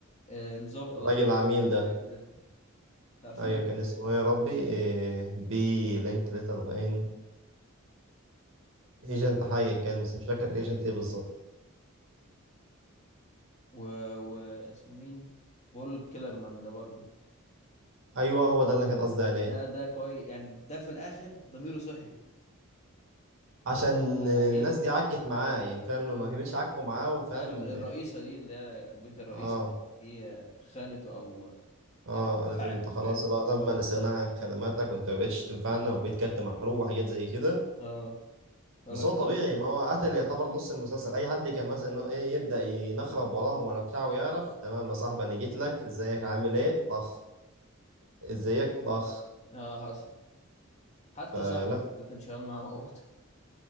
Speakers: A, on the left; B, on the right.
A: آه، الضابط اللي
B: الراجل
A: اسمه
B: العميل ده
A: فليك ده لا فليك
B: ايوه كان اسمه ايه يا ربي إيه بي لينك ليتر باين ايجنت حاجه كان بس مش فاكر ايجنت ايه بالظبط
A: و... واسمه مين بول كيلرمان ده برضه
B: ايوه هو ده اللي كان قصدي عليه
A: ده ده كويس يعني ده في الاخر ضميره صحي
B: عشان
A: انا
B: الناس
A: عجبني
B: دي عكت معاه يعني فاهم لما كانتش عكوا معاه وفاهم
A: أيوة، الرئيسه دي اللي هي بيت الرئيسه
B: اه
A: دي آه، خانته او
B: اه
A: يعني
B: قالت
A: باعته
B: له انت خلاص
A: فاهم
B: اللي هو تم الاستغناء عن خدماتك وانت ما بقتش تنفعنا وبقيت كارت محروق وحاجات زي كده
A: اه قال
B: بس
A: لك
B: هو طبيعي
A: لا يا باشا انا
B: ما
A: ما
B: هو قاتل
A: بروحش
B: يعتبر
A: لوحدي
B: نص المسلسل اي حد كان مثلا اللي هو ايه يبدا ينخرب وراهم ولا بتاع ويعرف تمام يا صاحبي انا جيت لك ازيك عامل ايه طخ ازيك طخ
A: اه حصل حتى
B: فلا
A: صاحبه اللي كان شغال معاه موته